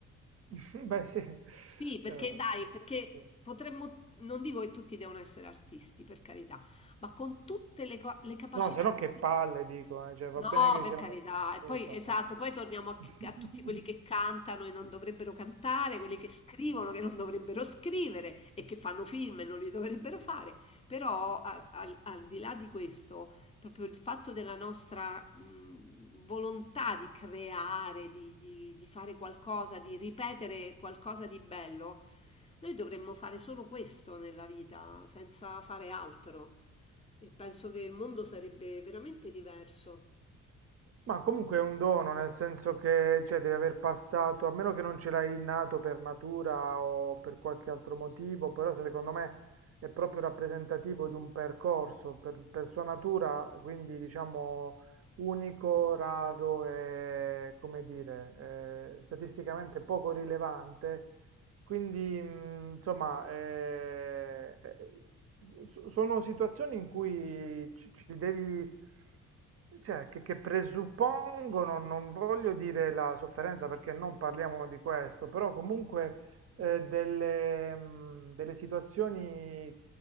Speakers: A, on the right; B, on the left.
A: <laughs> Beh, sì. eh,
B: Sì, perché dai, perché
A: sì.
B: potremmo, non dico che tutti devono essere artisti, per carità, ma con tutte le, co- le capacità
A: No, se no
B: che...
A: che
B: abbiamo-
A: palle, dico, eh, Cioè, va
B: No,
A: bene che
B: per
A: siamo...
B: carità.
A: eh,
B: E
A: sì,
B: poi,
A: infatti.
B: esatto, poi torniamo a, chi-
A: <laughs>
B: a tutti quelli che cantano e non dovrebbero cantare, quelli che scrivono che non dovrebbero scrivere e che fanno film e non li dovrebbero fare. Però, a- al al di là di questo proprio il fatto della nostra mh, volontà di creare, di, di- di fare qualcosa, di ripetere qualcosa di bello, noi dovremmo fare solo questo nella vita, senza fare altro. E penso che il mondo sarebbe veramente diverso.
A: Ma comunque è un dono, nel senso che cioè, devi aver passato, a meno che non ce l'hai innato per natura o per qualche altro motivo, però secondo me è proprio rappresentativo di un percorso, per, per sua natura, quindi diciamo unico, raro e come dire, eh, statisticamente poco rilevante. Quindi, mh, insomma, eh, eh, so- sono situazioni in cui ci, ci devi, cioè, che, che presuppongono, non voglio dire la sofferenza perché non parliamo di questo, però comunque eh, delle, mh, delle situazioni